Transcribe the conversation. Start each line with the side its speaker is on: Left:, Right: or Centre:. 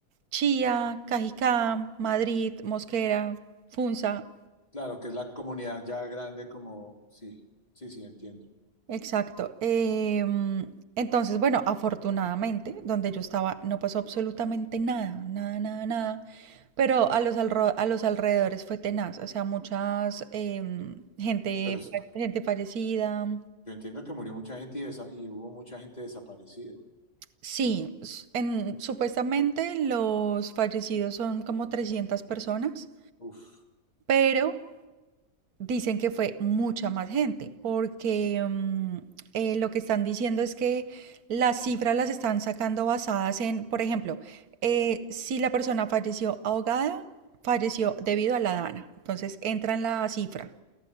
Right: Chía, Cajicá, Madrid, Mosquera, Funza,
Left: Claro, que es la comunidad ya grande como, sí, sí, sí, entiendo.
Right: Exacto. em, entonces, bueno, afortunadamente, donde yo estaba no pasó absolutamente nada, nada, nada, nada. Pero a los, alro- a los alrededores fue tenaz, o sea, muchas em, gente,
Left: Pero es
Right: gente fallecida.
Left: Yo entiendo que murió mucha gente y, desa- y hubo mucha gente desaparecida.
Right: Sí, s- en, supuestamente los fallecidos son como 300 personas,
Left: Uf,
Right: pero Dicen que fue mucha más gente, porque mm, eh, lo que están diciendo es que las cifras las están sacando basadas en, por ejemplo, eh, si la persona falleció ahogada, falleció debido a la dana, entonces entra en la cifra.